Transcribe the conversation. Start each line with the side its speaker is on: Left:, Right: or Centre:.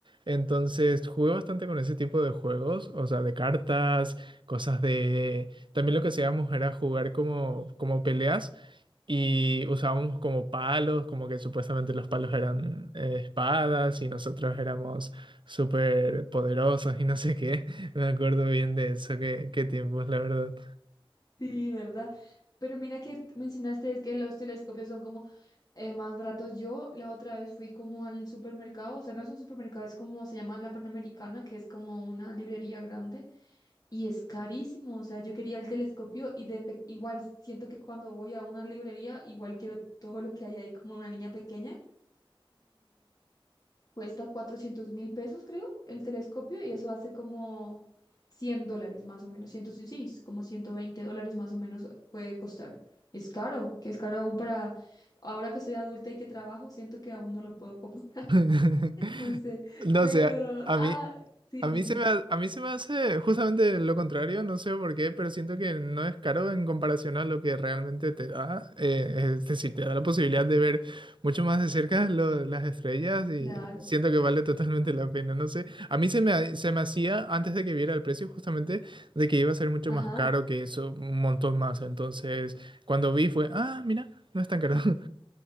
Right: Entonces jugué bastante con ese tipo de juegos, o sea, de cartas, cosas de... También lo que hacíamos era jugar como, como peleas. Y usábamos como palos, como que supuestamente los palos eran eh, espadas y nosotros éramos súper poderosos y no sé qué. <laughs> Me acuerdo bien de eso, qué, qué tiempos, la verdad.
Left: sí, ¿verdad? Pero mira que mencionaste es que los telescopios son como eh, más baratos. Yo la otra vez fui como al supermercado, o sea, no es un supermercado, es como se llama la Panamericana, que es como una librería grande y es carísimo. O sea, yo quería el telescopio y de pe- igual siento que cuando voy a una librería, igual quiero todo lo que hay ahí como una niña pequeña. Cuesta cuatrocientos mil pesos, creo, el telescopio y eso hace como 100 dólares más o menos, 106, como 120 dólares más o menos puede costar. Es caro, que es caro aún para ahora que soy adulta y que trabajo, siento que aún no lo puedo comprar, <laughs>
Right: <laughs>
Left: no sé,
Right: No
Left: pero,
Right: sé, a
Left: ah,
Right: mí,
Left: sí,
Right: A mí
Left: dime,
Right: se me, ha- a mí se me hace justamente lo contrario, no sé por qué, pero siento que no es caro en comparación a lo que realmente te da. eh, es decir, te da la posibilidad de ver mucho más de cerca lo- las estrellas y
Left: claro,
Right: siento que vale totalmente la pena. No sé, a mí se me, ha- se me hacía antes de que viera el precio justamente de que iba a ser mucho
Left: ajá.
Right: más caro que eso, un montón más. Entonces, cuando vi fue, ah, mira, no es tan caro. <laughs>